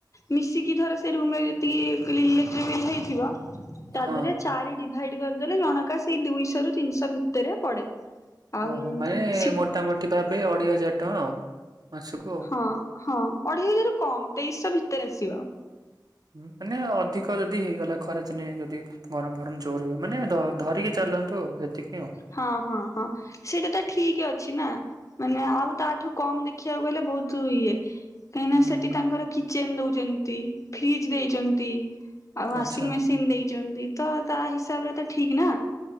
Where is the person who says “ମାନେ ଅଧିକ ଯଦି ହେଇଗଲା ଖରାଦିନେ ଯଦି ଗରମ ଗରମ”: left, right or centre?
Right